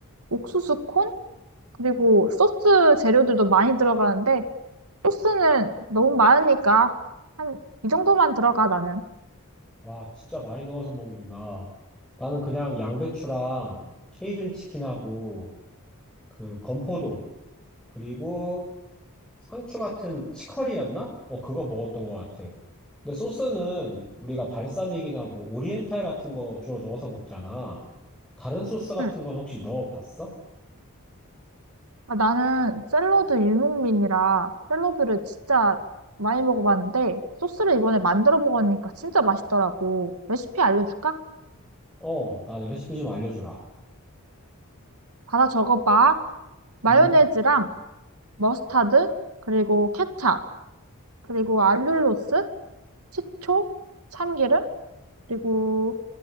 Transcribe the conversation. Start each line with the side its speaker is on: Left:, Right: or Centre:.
Right: 옥수수 콘, 그리고 소스 재료들도 많이 들어가는데, 소스는 너무 많으니까, 한, 이 정도만 들어가, 나는.
Centre: 와, 진짜 많이 넣어서 먹는다. 나는 그냥 양배추랑 케이준 치킨하고 그 건포도 그리고 상추 같은 치커리였나? 어, 그거 먹었던 것 같아. 근데 소스는 우리가 발사믹이나 뭐 오리엔탈 같은 거 주로 넣어서 먹잖아. 다른 소스 같은
Right: 응.
Centre: 건 혹시 넣어봤어?
Right: 아, 나는 샐러드 유목민이라 샐러드를 진짜 많이 먹어봤는데 소스를 이번에 만들어 먹으니까 진짜 맛있더라고. 레시피 알려줄까?
Centre: 어, 나 레시피 좀 알려주라.
Right: 받아 적어봐. 마요네즈랑
Centre: 음,
Right: 머스타드, 그리고 케찹, 그리고 알룰로스, 식초, 참기름, 그리고